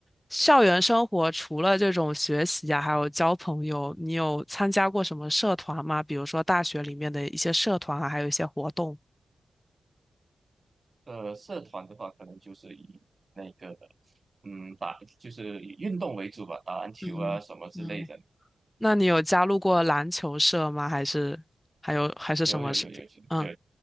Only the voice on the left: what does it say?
校园生活除了这种学习啊，还有交朋友，你有参加过什么社团吗？比如说大学里面的一些社团啊，还有一些活动。
嗯嗯，那你有加入过篮球社吗？还是还有还是什么事情？
嗯，